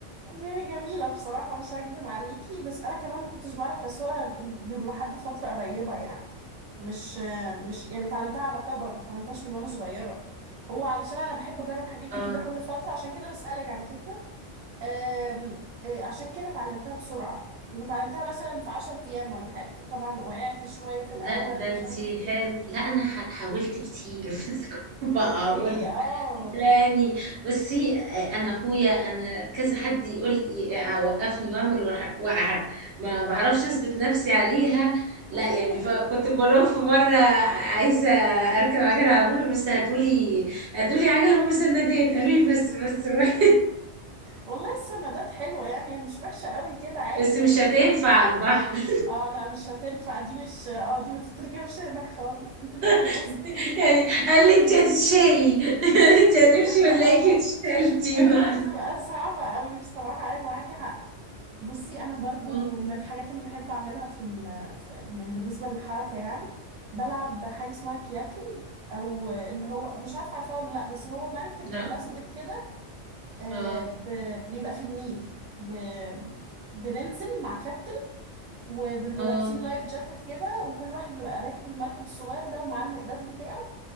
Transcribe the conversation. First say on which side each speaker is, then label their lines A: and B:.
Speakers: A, on the right; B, on the right.
A: هي جميلة بصراحة مش هكدب عليكي بس أنا كمان ما كنتش بعرف أسوقها غير لحد فترة قريبة يعني مش مش يعني اتعلمتها على كبر ما اتعلمتهاش من وأنا صغيرة هو علشان أنا بحب أجرب حاجات جديدة
B: اه
A: كل فترة عشان كده بسألك على فكرة أم، إيه، عشان كده اتعلمتها بسرعة وتعلمتها مثلا في عشر أيام ولا حاجة طبعا وقعت شوية في الأول
B: لا ده
A: ومش
B: انتي
A: عارف ايه
B: حلو لا انا ح- حاولت كتير <laughs> بس كنت
A: اوكي
B: بقع برضه
A: اه
B: يعني بصي انا اخويا انا كذا حد يقول ي- وقفني واعمل وأح- واقعه ما بعرفش اثبت نفسي عليها
A: <laughs>
B: لا يعني فكنت بقول لهم في مره عايزه اركب عجله على البحر بس هاتولي هاتولي عجله ومسندات قالوا لي بس بس روحي
A: والله السندات حلوة يعني هي مش وحشة قوي كده
B: <laughs>
A: عادي
B: بس مش
A: ما انتي
B: هتنفع على البحر <laughs>
A: اه لا مش هتنفع دي مش اه دي ما تتركبش هناك خالص دي تتركب
B: <laughs>
A: بس
B: يعني قال لي انت هتتشالي <laughs> انت هنمشي
A: بجد
B: ونلاقيكي
A: اه
B: اتشالتي
A: ايوه
B: من علي
A: هتبقى صعبة قوي بصراحة ايوه معاكي حق بصي انا برضو
B: أمم،
A: من الحاجات اللي بحب اعملها في, ال... في يعني بالنسبة للحركة يعني بلعب حاجة اسمها كياكينج او اللي هو مش عارفة عارفاه ولا لا بس هو مركب
B: لا
A: بلاستيك كده آه
B: اه
A: ب... بيبقى في النيل ب... بننزل مع كابتن وبيبقوا
B: اه
A: لابسين لايف جاكيت كده وكل واحد بيبقى راكب المركب الصغير ده ومعاه المقداف بتاعه